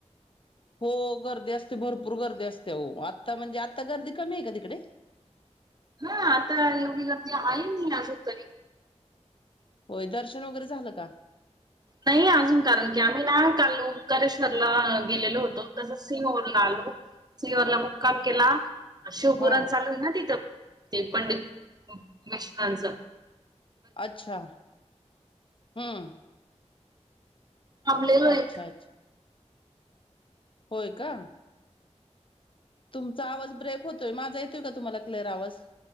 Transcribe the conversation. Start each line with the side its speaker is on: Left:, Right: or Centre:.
Left: हो गर्दी असते भरपूर गर्दी असते हो. आत्ता म्हणजे आत्ता गर्दी कमी आहे का तिकडे?
Right: हं आता एवढी गर्दी आहे ना अजून तरी.
Left: होय दर्शन वगैरे झालं का?
Right: नाही अजून कारण की आम्ही ना चाललो ओंकारेश्वरला गेलेलो होतो तसं सिंग वरुन आलो. सिहरला मुक्काम केला. शिवपुुराण
Left: हा
Right: चालू आहे ना तिथं. ते पंडित निष्कांच.
Left: अच्छा! हं.
Right: आपल्या <unintelligible>
Left: अच्छा अच्छा होय का. तुमचा आवाज ब्रेक होतोय माझा येतोय का तुम्हाला क्लिअर आवाज?